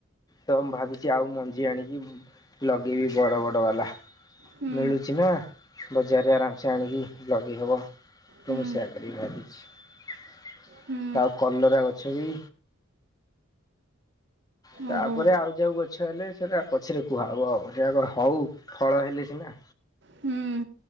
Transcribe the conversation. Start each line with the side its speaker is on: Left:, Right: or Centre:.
Left: ତ ମୁଁ ଭାବୁଛି ଆଉ ମଞ୍ଜି ଆଣିକି ଲଗେଇବି ବଡ ବଡ଼ ବାଲା
Right: ହୁଁ
Left: ମିଳୁଛି ନା। ବଜାରରେ ଆରାମସେ ଆଣିକି ଲଗେଇ ହେବ ତ
Right: ହୁଁ
Left: ମୁ ସେ କରିକି ବାବିଛି।
Right: ହୁଁ
Left: ଆଉ କଲରା ଗଛ ବି ତାପରେ
Right: ଓହୋ
Left: ଆଉ ଯଉ ଗଛ ହେଲେ ସେଟା ପଛରେ କୁହାବ ଆଉ ସେ ଆଗ ହଉ ଫଳ ହେଲେ ସିନା।
Right: ହୁଁ